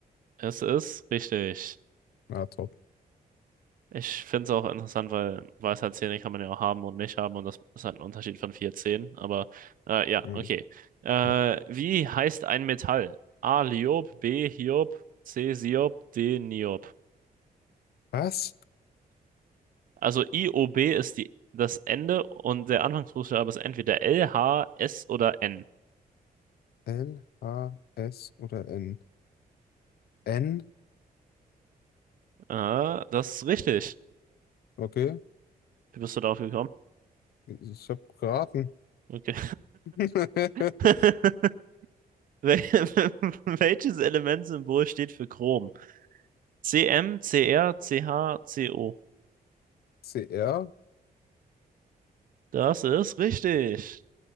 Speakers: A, on the right; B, on the left.
A: Es ist richtig.
B: Ja, top.
A: Ich finde es auch interessant, weil Weisheitszähne kann man ja auch haben und nicht haben und das ist halt ein Unterschied von vier Zähnen. Aber äh, ja,
B: Mhm.
A: okay. Äh,
B: Ja.
A: wie heißt ein Metall? A. Liob, B. Hiob, C. Siob, D. Niob.
B: Was?
A: Also IOB ist die, das Ende und der Anfangsbuchstabe ist entweder L, H, S oder N.
B: L, H, S oder N? N?
A: Ah, das ist richtig.
B: Okay.
A: Wie bist du darauf gekommen?
B: Ich, ich habe geraten.
A: Okay.
B: <laughs>
A: <laughs> Wel- <laughs> Welches Elementsymbol steht für Chrom? C C M C R C H C O
B: C R
A: Das ist richtig.